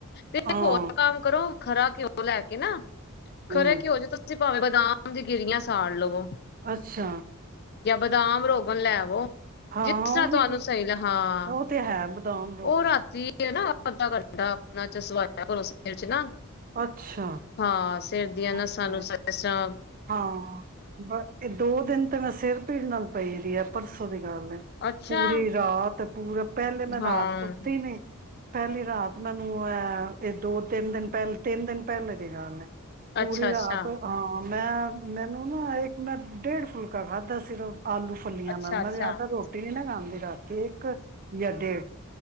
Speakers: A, on the left; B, on the right.
A: ਤੇ
B: ਹਾਂ
A: ਇੱਕ ਹੋਰ ਕੰਮ ਕਰੋ ਖਰਾ ਘਿਉਂ ਉਹ ਲੈ ਕੇ ਨਾ ਖਰੇ
B: ਹੂੰ
A: ਘਿਓ ਵਿੱਚ ਤੁਸੀਂ ਪਾਵੇ ਬਦਾਮ ਦੀ ਗਿਰੀਆਂ ਸਾੜ ਲਵੋ।
B: ਅੱਛਾ।
A: ਜਾਂ ਬਦਾਮ ਰੋਗਣ ਲੈਵੋ।
B: ਹਾਂ
A: ਜਿਸ ਤਰ੍ਹਾਂ
B: ਉਹ
A: ਤੁਹਾਨੂੰ
B: ਵੀ
A: ਸਹੀ ਹਾਂ
B: ਉਹ ਤੇ ਹੈ ਬਦਾਮ ਰੋਗ
A: ਉਹ ਰਾਤੀ ਹਨਾ ਅੱਧਾ ਘੰਟਾ ਆਪਣਾ ਚਸਵਾਇਆ ਕਰੋ ਸਿਰ ਚ ਨਾ।
B: ਅੱਛਾ।
A: ਹਾਂ ਸਿਰ ਦੀਆਂ ਨਸਾਂ
B: ਅੱਛਾ
A: ਨੂੰਸਾ ਇਹ ਸਭ
B: ਹਾਂ ਇਹ ਦੋ ਦਿਨ ਤੇ ਮੈਂ ਸਿਰ ਪੀੜ ਨਾਲ ਪਈ ਦੀ ਹੈ ਪਰਸੋਂ ਦੀ। ਗੱਲ ਐ
A: ਅੱਛਾ
B: ਪੂਰੀ ਰਾਤ ਪੂਰਾ ਪਹਿਲੇ ਮੈਂ
A: ਹਾਂ
B: ਰਾਤ ਸੁੱਤੀ ਨੀ। ਪਹਿਲੀ ਰਾਤ ਮੈਨੂੰ ਹੈ ਇਹ ਦੋ ਤਿੰਨ ਦਿਨ ਪਹਿਲੇ ਤਿੰਨ ਦਿਨ ਪਹਿਲੇ ਦੀ ਗੱਲ ਹੈ। ਪੂਰੀ
A: ਅੱਛਾ ਅੱਛਾ
B: ਰਾਤ ਹਾਂ। ਮੈਂ ਮੈਨੂੰ ਨਾ ਇੱਕ ਮੈਂ ਡੇਢ ਫੁਲਕਾ ਖਾਧਾ ਸਿਰਫ। ਆਲੂ ਫੁੱਲੀਆਂ
A: ਅੱਛਾ
B: ਨਾਲ ਮੈਂ
A: ਅੱਛਾ
B: ਯਿਆਦਾ ਰੋਟੀ ਨੀ ਖਾਂਦ ਦੀ ਰਾਤੀ ਇੱਕ ਯਾਂ ਡੇਢ।